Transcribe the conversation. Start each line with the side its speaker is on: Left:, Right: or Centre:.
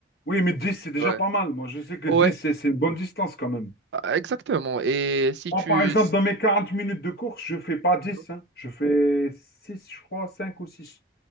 Left: Oui, mais 10 c'est déjà
Right: Ouais.
Left: pas mal. Moi, je sais que
Right: Ouais,
Left: 10 c'est c'est une bonne distance quand même.
Right: exactement. Et si
Left: Moi,
Right: tu...
Left: par exemple, dans mes 40 minutes de course, je fais pas dix
Right: Mhm.
Left: hein. Je fais six je crois, cinq ou six